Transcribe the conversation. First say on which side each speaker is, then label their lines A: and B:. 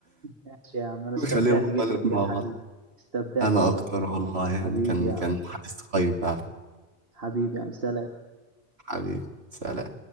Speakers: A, on the right; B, on the right.
A: ماشي يا عم انا استمتعت
B: نخليهم هما
A: جدا
B: الاتنين
A: بالحديث
B: مع بعض
A: استمتعت
B: انا
A: والله
B: اكتر والله يعني
A: حبيبي
B: كان
A: يا
B: كان
A: عم
B: حديث قيم فعلا
A: حبيبي يا عم سلام
B: حبيبي سلام